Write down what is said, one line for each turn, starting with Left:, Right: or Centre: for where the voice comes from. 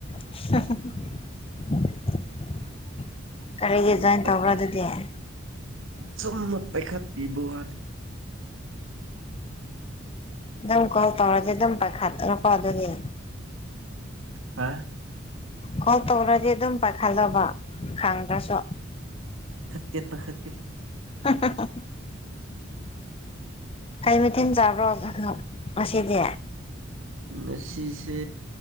Left: <inaudible> ꯀꯔꯤꯒꯤ
Right: ꯆꯨꯝꯅ
Left: ꯖꯣꯏꯟ
Right: ꯄꯥꯏꯈꯠ
Left: ꯇꯧꯕ꯭ꯔꯥ ꯑꯗꯨꯗꯤ ꯑꯗꯨꯝ
Right: ꯆꯨꯝꯅ ꯄꯥꯏꯈꯠ ꯄꯤꯕ ꯋꯥꯅ‌ꯦ
Left: ꯑꯗꯨꯝ ꯀꯣꯜ ꯇꯧꯔꯗꯤ ꯑꯗꯨꯝ ꯄꯥꯏꯈꯠꯂꯒ ꯋꯥꯗꯨꯗꯤ
Right: ꯍꯥ
Left: ꯀ‌ꯣꯜ ꯇꯧꯔꯗꯤ ꯑꯗꯨꯝ ꯄꯥꯏꯈꯠꯂ‌ꯣꯕ ꯈꯪꯗ꯭ꯔꯁꯨ
Right: ꯇ‌ꯦꯠꯇ ꯍꯛꯀ‌ꯦ
Left: ꯍ ꯍ ꯍ ꯀꯩ ꯃꯊ‌ꯦꯟ ꯆꯥꯕ꯭ꯔꯣ ꯉꯁꯤꯗꯤ
Right: ꯉꯁꯤꯁꯦ